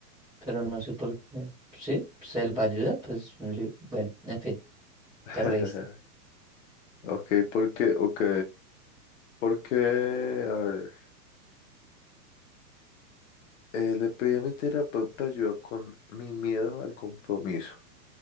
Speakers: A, in the centre; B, on the left.
A: Pero no sé por qué. ¿Sí? ¿Selvaayuda? Pues un libro. Bueno, en fin,
B: <laughs>
A: te reíste.
B: Ok, porque, ok, porque, a ver, eh, le pedí a mi terapeuta ayuda con mi miedo al compromiso.